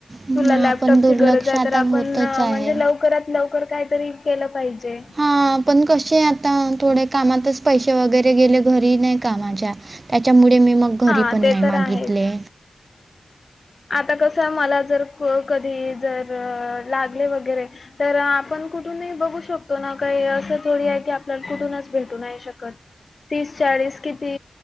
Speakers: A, on the right; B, on the left.
A: ना
B: तुला लॅपटॉपची
A: पण दुर्लक्ष
B: गरज आहे
A: आता
B: तर आपण
A: होतच आहे
B: म्हणजे लवकरात लव''--'' लवकर काही तरी केलं पाहिजे.
A: हा, पण कसे आता थोडे कामातच पैसे वगैरे गेले घरी नाही कामाच्या. त्याच्यामुळे मी मग
B: हा
A: घरी पण
B: ते
A: नाही
B: तर
A: मागितले.
B: आहेच आता कसं मला तर को कधी जर लागले वगैरे. तर आपण कुठूनही बघू शकतो ना काही असं थोडी आहे की, आपल्याला कुठूनच भेटूय शकत. तीस चाळीस किती